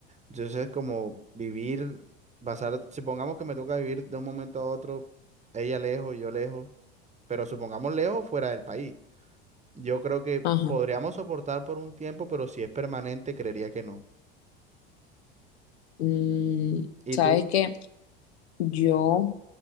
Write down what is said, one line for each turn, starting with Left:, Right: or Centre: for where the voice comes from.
Right: Entonces, es como vivir, basar, supongamos que me toca vivir de un momento a otro, ella lejos, yo lejos, pero supongamos lejos fuera del país. Yo creo que
Left: Ajá.
Right: podríamos soportar por un tiempo, pero si es permanente, creería que no.
Left: Mm,
Right: ¿Y
Left: sabes
Right: tú?
Left: que yo,